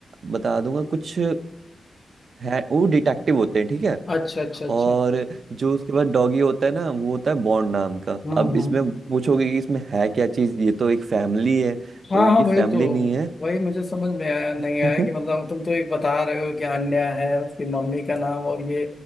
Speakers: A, on the right (about 55°); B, on the left (about 25°).
A: बता दूंगा कुछ है वो डिटेक्टिव होते हैं ठीक है
B: अच्छा अच्छा अच्छा
A: और जो उसके बाद डॉगी होता है ना वो होता है बॉन्ड नाम का
B: हम्म
A: अब
B: हम्म
A: इसमें पूछोगे कि इसमें है क्या चीज ये तो एक फैमिली है
B: हाँ
A: तो ये
B: हाँ वही
A: फैमिली
B: तो
A: नहीं है
B: वही मुझे समझ में आया नहीं
A: <laughs>
B: आया कि मतलब तुम तो एक बता रहे हो कि अन्य है उसकी मम्मी का नाम और ये